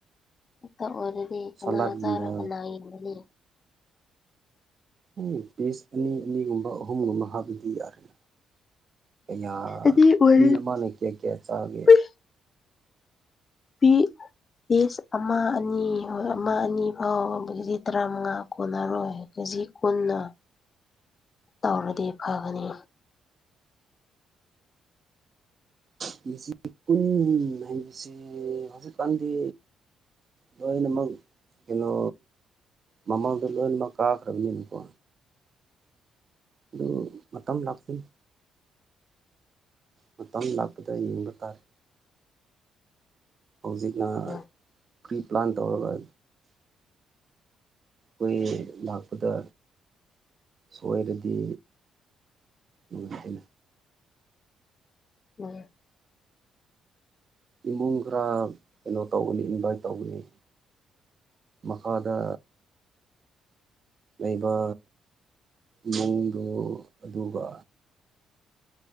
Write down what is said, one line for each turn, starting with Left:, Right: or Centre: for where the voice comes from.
Left: ꯃꯀꯛ ꯑꯣꯏꯔꯗꯤ ꯀꯅꯥ
Right: ꯁꯂꯥꯠꯒꯨꯝꯕ
Left: ꯆꯥꯔ ꯀꯅꯥ ꯌꯦꯟꯕꯅꯤ
Right: ꯎ ꯄꯤꯁ ꯑꯅꯤ ꯑꯅꯤꯒꯨꯝꯕ ꯑꯍꯨꯝꯒꯨꯝꯕ ꯍꯥꯞꯕꯗꯤ ꯌꯥꯔꯦ ꯀꯌꯥ
Left: ꯑꯅꯤ ꯑꯣꯏꯔꯦ
Right: ꯃꯤ ꯑꯃꯅ ꯀꯌꯥ ꯀꯌꯥ ꯆꯥꯒꯦ
Left: ꯄꯨꯏ ꯄꯤ ꯄꯤꯁ ꯑꯃ ꯑꯅꯤ ꯍꯣꯏ ꯑꯃ ꯑꯅꯤ ꯐꯥꯎꯕ ꯀꯦꯖꯤ ꯇꯔꯥꯃꯉꯥ ꯀꯣꯟꯅꯔꯣꯏ ꯀꯦꯖꯤ ꯀꯨꯟꯅ ꯇꯧꯔꯗꯤ ꯐꯒꯅꯤ
Right: ꯀꯦꯖꯤ ꯀꯟ ꯍꯥꯏꯕꯁꯦ ꯍꯧꯖꯤꯛꯀꯥꯟꯗꯤ ꯂꯣꯏꯅꯃ ꯀꯩꯅꯣ ꯃꯃꯥꯡꯗ ꯂꯣꯏꯅꯃꯛ ꯀꯥꯈ꯭ꯔꯕꯅꯦꯕ ꯀꯣ ꯑꯗꯨ ꯃꯇꯝ ꯂꯥꯛꯆꯅꯤ ꯃꯇꯝ ꯂꯥꯛꯄꯗ ꯌꯦꯡꯕ ꯇꯥꯔꯦ ꯍꯧꯖꯤꯛꯅ
Left: ꯎꯝ
Right: ꯄ꯭ꯔꯤ ꯄ꯭ꯂꯥꯟ ꯇꯧꯔꯒ ꯑꯩꯈꯣꯏ ꯂꯥꯛꯄꯗ ꯁꯣꯏꯔꯗꯤ ꯅꯨꯉꯥꯏꯇꯦꯅꯦ
Left: ꯎꯝ
Right: ꯏꯃꯨꯡ ꯈꯔ ꯀꯩꯅꯣ ꯇꯧꯒꯅꯤ ꯏꯟꯚꯥꯏꯠ ꯇꯧꯒꯅꯤ ꯃꯈꯥꯗ ꯂꯩꯕ ꯃꯑꯣꯡꯗꯨ ꯑꯗꯨꯒ